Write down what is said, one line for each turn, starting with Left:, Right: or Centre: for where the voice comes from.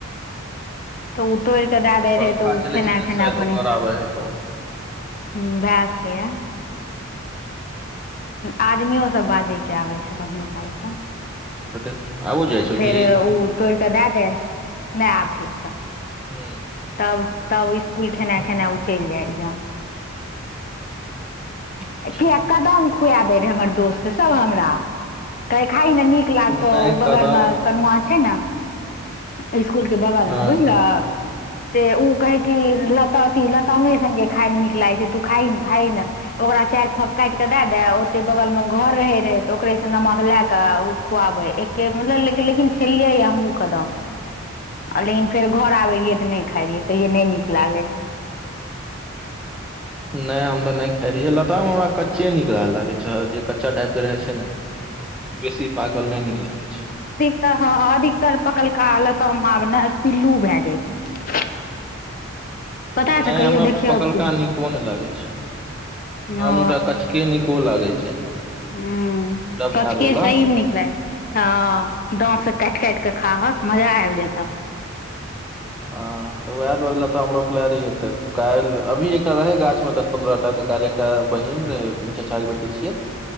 Left: त उ तोरिक दा दै
Centre: पंखा
Left: रहै त उ
Centre: चलै
Left: खेना-खेना
Centre: छै ने शायद
Left: पनी
Centre: ओकर
Left: <inaudible>
Centre: आबै हेतौ
Left: हुं भै सकैया। आदमियो सब बाजैके आबै छ कखनो काल क। <inaudible>
Centre: आबो जाइ
Left: त
Centre: छौ
Left: फेर
Centre: की
Left: उ तोरि क दा दै। नै आब ठीक छ।
Centre: हूँ
Left: <inaudible> तब, तब इस्कूल खेने
Centre: हँ
Left: खेने उ चलि जाइ रहिअ। <inaudible>
Centre: अच्छा
Left: कीए कदम खुया दै रहै हमर दोस्त सब हमरा, कहै खाही ने नीक लागतौ।
Centre: नहि कदौ
Left: बगलमे कनुआ छै ने <inaudible> इसकुलके बगलमे
Centre: हँ
Left: बुझलक? से ऊ कहै की, लता अथी लतामे संगे खाइमे नीक लागै छै तू खाइ ने, खाइ ने। ओकरा चारि फांक काटि के दे दै ओतै बगल मे घरे रहै त ओकरेसं नमक लै क उ खुआबै। एके मे लेलकै लेकिन खेलियै या हमहुं कदम।
Centre: ह
Left: आ लेकिन फेर घर आबै रहियै त नै खाइ रहियै, कहियै नै नीक लागै छै।
Centre: <inaudible> नै हम त नै खाइ रहियै लताम हमरा कच्चे नीक ला लागै छ, जे कच्चा टाइपके रहै छै ने, <inaudible> बेसी पाकल नै नीक लागै छै।
Left: त हं अधिकतर पकलका लताम आब ने पिल्लू भै जाइ छै। <inaudible>
Centre: <inaudible>
Left: पता
Centre: नै
Left: छौ कहियो
Centre: हमरा
Left: देखियौ
Centre: पकलका
Left: तू
Centre: नीको नै लागै छै। हम
Left: ओ
Centre: त कचके नीको लागै छै।
Left: ह
Centre: डभैल
Left: कचके
Centre: वला
Left: सहीमे नीक लाग छै हँ दाँत से काटि काटि कऽ खाहक मजा आबि जतह
Centre: ह तऽ उएह दुआरे लताम हमरोपलेहे रहियै तऽ काल्हि अभी एकटा रहै गाछमे दस पन्द्रह टा तऽ काल्हि एकटा बहिन रहै चच्चाके बेटी छियै